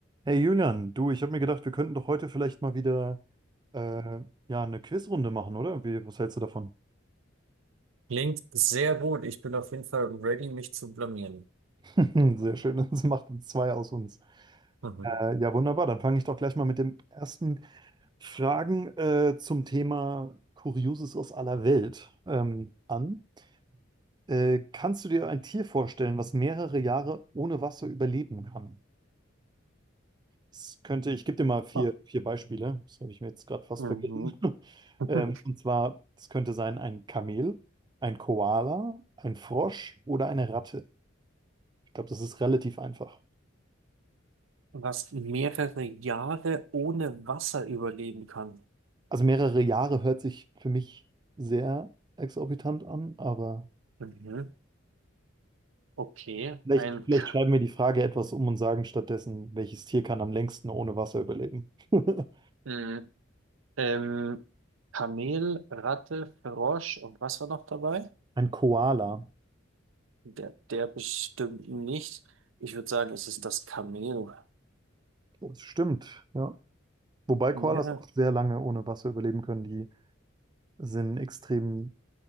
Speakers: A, on the right; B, on the right.
A: Hey Julian, du, ich habe mir gedacht, wir könnten doch heute vielleicht mal wieder äh, ja, eine Quizrunde machen, oder? Wie, was hältst du davon?
B: Klingt sehr gut. Ich bin auf jeden Fall ready, mich zu blamieren.
A: <laughs> Sehr schön, das macht uns zwei aus uns.
B: Mhm.
A: Äh, ja, wunderbar, dann fange ich doch gleich mal mit den ersten Fragen äh, zum Thema Kurioses aus aller Welt ähm, an. Äh, kannst du dir ein Tier vorstellen, was mehrere Jahre ohne Wasser überleben kann? Es könnte, ich gebe dir mal vier,
B: Ah,
A: vier Beispiele. Das habe ich mir jetzt gerade fast
B: Mhm.
A: vergessen. <laughs>
B: <laughs>
A: Ähm, und zwar, es könnte sein ein Kamel, ein Koala, ein Frosch oder eine Ratte. Ich glaube, das ist relativ einfach.
B: Was mehrere Jahre ohne Wasser überleben kann.
A: Also mehrere Jahre hört sich für mich sehr exorbitant an, aber
B: Mhm. Okay,
A: vielleicht,
B: ein
A: vielleicht
B: K
A: schreiben wir die Frage etwas um und sagen stattdessen, welches Tier kann am längsten ohne Wasser überleben? <laughs>
B: mh, ähm, Kamel, Ratte, Frosch und was war noch dabei?
A: Ein Koala.
B: Der, der bestimmt nicht. Ich würde sagen, es ist das Kamel.
A: Oh, Das stimmt, ja. Wobei Koalas
B: Mehrere,
A: auch sehr lange ohne Wasser überleben können. Die sind extrem